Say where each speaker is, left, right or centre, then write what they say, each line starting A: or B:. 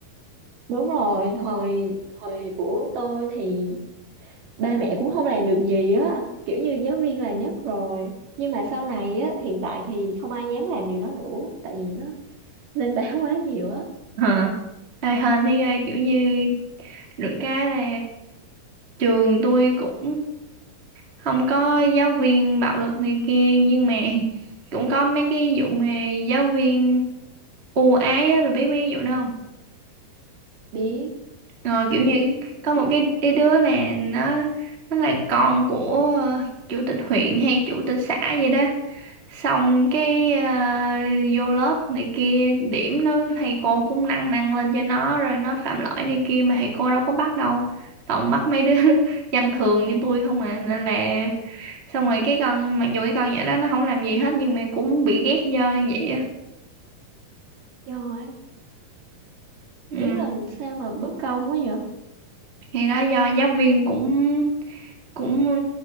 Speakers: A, on the right; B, on the right.
A: đúng rồi, hồi hồi của tôi thì ba mẹ cũng không làm được gì á kiểu như giáo viên là nhất rồi nhưng mà sau này á hiện tại thì không ai dám làm điều đó nữa tại vì nó lên báo quá nhiều á
B: hả ê hên thấy ghê, kiểu như được cái là trường tôi cũng không có giáo viên bạo lực này kia nhưng mà cũng có mấy cái vụ mà giáo viên ưu ái á bà biết mấy cái vụ đó không
A: biết
B: ờ,
A: tôi
B: kiểu
A: biết
B: như có
A: kiểu
B: một cái, cái đứa là nó nó là con của ờ, chủ tịch huyện hay chủ tịch xã vậy đó xong cái ờ, vô lớp này kia điểm nó thầy cô cũng nâng nâng lên cho nó rồi nó phạm lỗi này kia mà thầy cô đâu có bắt đâu toàn bắt mấy đứa <laughs> dân thường như tôi không à nên là xong rồi cái con mặc dù cái con nhỏ đó nó không làm gì hết nhưng mà cũng bị ghét do như vậy á
A: rồi
B: ừ.
A: ý là sao mà bất công quá vậy
B: thì đó do giáo viên cũng cũng ờ,